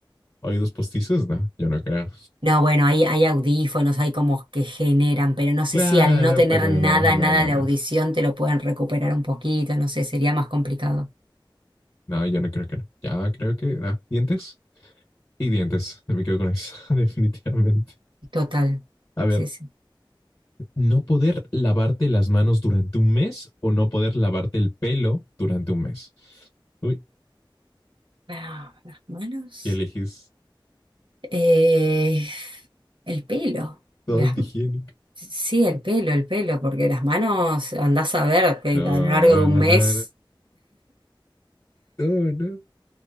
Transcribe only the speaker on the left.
¿Oídos postizos? No, yo no creo.
Claro,
pero
no, no,
no,
no.
No, yo no creo que no. Ya creo que, ah, dientes y dientes. No Me quedo con eso, <laughs> definitivamente.
A ver,
no poder lavarte las manos durante un mes o no poder lavarte el pelo durante un mes. Uy,
¿qué elegís?
Todo
antihigiénico.
No,
no,
no, no, no, no.